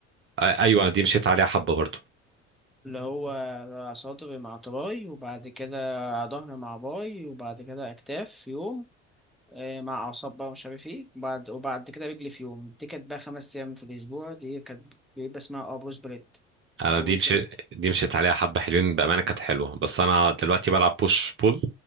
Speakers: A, on the right; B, in the centre.
A: أ- ايوه انا دي مشيت عليها حبه برضو
B: اللي هو صدري مع تراي وبعد كده ظهر مع باي وبعد كده اكتاف في يوم آه، مع اعصاب بقى مش عارف ايه وبعد وبعد كده رجلي في يوم دي كانت بقى خمس ايام في الاسبوع دي كانت بيبقى اسمها اه بروز بليت
A: انا
B: وكان
A: دي مشي... دي مشيت عليها حبه حلوين بامانه كانت حلوه بس انا دلوقتي بلعب بوش بول